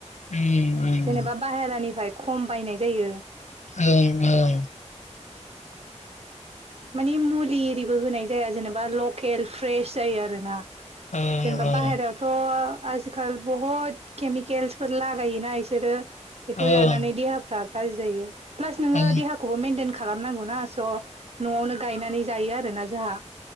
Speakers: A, on the left; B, on the right.
A: उम
B: जेनेबा बाहेरानिफ्राय खम बायनाय जायो
A: ओं ओं
B: माने मुलि एरिबो होनाय जाया जेनेबा लकेल फ्रेश जायो आरोना
A: ओं
B: जेनेबा
A: ओं
B: बाहेरायावथ' आजिखाल बहुद केमिकेलसफोर लागायोना इसोरो बेखौ
A: ओं
B: जानानै देहाफ्रा गाज्रि जायो प्लास नोङो
A: ओं
B: देहाखौबो मेेनटेन खालामनांगौ ना स' न'आवनो गायनानै जायो आरोना जोंहा